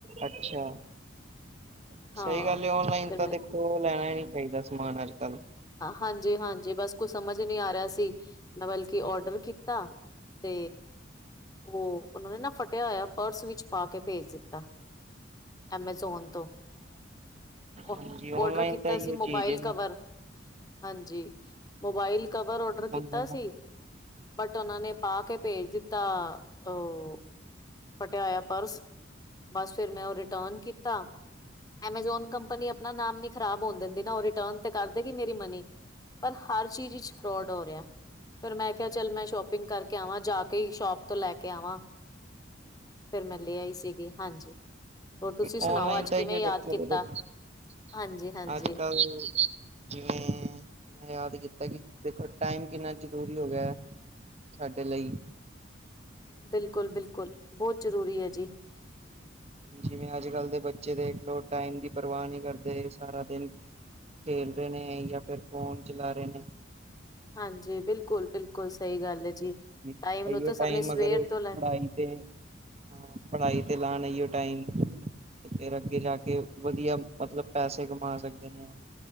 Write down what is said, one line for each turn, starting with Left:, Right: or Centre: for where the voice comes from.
Right: ਅੱਛਾ <inaudible>
Left: ਹਾਂ।
Right: ਸਹੀ ਗੱਲ ਐ ਓਨਲਾਈਨ
Left: ਫਿਰ
Right: ਤਾਂ
Left: ਮੈਂ
Right: ਦੇਖੋ ਉਹ ਲੈਣਾ ਹੀ ਨੀ ਚਾਹੀਦਾ ਸਮਾਨ ਅੱਜ -ਕੱਲ।
Left: ਹਾਂਜੀ ਹਾਂਜੀ ਬਸ ਕੁਛ ਸਮਝ ਨਹੀਂ ਆ ਰਿਹਾ ਸੀ। ਮੈਂ ਬਲਕਿ ਔਡਰ ਕੀਤਾ। ਤੇ ਉਹ ਉਹਨਾਂ ਨੇ ਨਾ ਫਟਿਆ ਹੋਇਆ ਪਰਸ ਵਿੱਚ ਪਾ ਕੇ ਭੇਜ ਦਿੱਤਾ। ਐਮਾਜ਼ੋਨ ਤੋਂ ਓ
Right: ਹਾਂਜੀ ਔਨਲਾਈਨ
Left: ਔਡਰ ਕੀਤਾ
Right: ਤਾਂ ਇਹੋ
Left: ਸੀ ਮੋਬਾਇਲ
Right: ਚੀਜ਼ ਹੈ
Left: ਕਵਰ। ਹਾਂਜੀ ਮੋਬਾਈਲ ਕਵਰ ਔਡਰ
Right: ਹਾਂਜੀ
Left: ਕੀਤਾ ਸੀ। ਬਟ ਉਹਨਾਂ ਨੇ ਪਾ ਕੇ ਭੇਜ ਦਿੱਤਾ। ਉਹ ਫਟਿਆ ਹੋਇਆ ਪਰਸ। ਬਸ ਫਿਰ ਮੈਂ ਉਹ ਰਿਟਰਨ ਕੀਤਾ। ਐਮਾਜੋਨ ਕੰਪਨੀ ਆਪਣਾ ਨਾਮ ਨੀ ਖਰਾਬ ਹੋਣ ਦਿੰਦੀ ਨਾ। ਉਹ ਰਿਟਰਨ ਤੇ ਕਰ ਦੇਗੀ ਮੇਰੀ ਮਨੀ। ਪਰ ਹਰ ਚੀਜ਼ 'ਚ ਫਰੋਡ ਹੋ ਰਿਹਾ। ਫਿਰ ਮੈਂ ਕਿਹਾ ਚੱਲ ਮੈਂ ਸ਼ੋਪਿੰਗ ਕਰਕੇ ਆਵਾਂ ਜਾ ਕੇ ਹੀ ਸ਼ੋਪ ਤੋਂ ਲੈ ਕੇ ਆਵਾਂ। ਫਿਰ ਮੈਂ ਲਿਆ ਆਈ ਸੀਗੀ। ਹਾਂਜੀ। ਹੋਰ ਤੁਸੀਂ ਸੁਣਾਓ
Right: ਔਨਲਾਈਨ
Left: ਅੱਜ
Right: ਤਾਂ
Left: ਕਿਵੇਂ
Right: ਇਹੀਉ ਚੱਕਰ
Left: ਯਾਦ ਕੀਤਾ
Right: ਦੇਖੋ।
Left: ਹਾਂਜੀ ਹਾਂਜੀ
Right: ਅੱਜ- ਕੱਲ। ਜਿਵੇਂ ਮੈਂ ਯਾਦ ਕੀਤਾ ਕਿ ਦੇਖੋ ਟਾਈਮ ਕਿੰਨਾ ਜ਼ਰੂਰੀ ਹੋ ਗਿਆ ਐ। ਸਾਡੇ ਲਈ
Left: ਬਿਲਕੁਲ- ਬਿਲਕੁਲ ਬਹੁਤ ਜ਼ਰੂਰੀ ਐ ਜੀ।
Right: ਜਿਵੇਂ ਅੱਜ- ਕੱਲ੍ਹ ਦੇ ਬੱਚੇ ਦੇਖ ਲਓ ਟਾਈਮ ਦੀ ਪਰਵਾਹ ਨੀ ਕਰਦੇ। ਸਾਰਾ ਦਿਨ ਖੇਲ ਦੇ ਨੇ ਜਾਂ ਫਿਰ ਫੋਨ ਚਲਾ ਰਹੇ ਨੇ।
Left: ਹਾਂਜੀ ਬਿਲਕੁਲ- ਬਿਲਕੁਲ ਸਹੀ ਗੱਲ ਆ ਜੀ।
Right: ਇਹੀਓ
Left: ਟਾਈਮ ਨੂੰ ਤਾਂ ਸਭ
Right: ਟਾਈਮ
Left: ਨੇ ਸਵੇਰ
Right: ਅਗਰ ਉਹ
Left: ਤੋਂ ਲੈ
Right: ਪੜ੍ਹਾਈ ਤੇ ਹਾਂ ਪੜ੍ਹਾਈ ਤੇ ਲਾਣ ਏਹੀਓ ਟਾਈਮ ਤੇ ਫਿਰ ਅੱਗੇ ਜਾ ਕੇ ਵਧੀਆ, ਮਤਲਬ ਪੈਸੇ ਕਮਾ ਸਕਦੇ ਨੇ।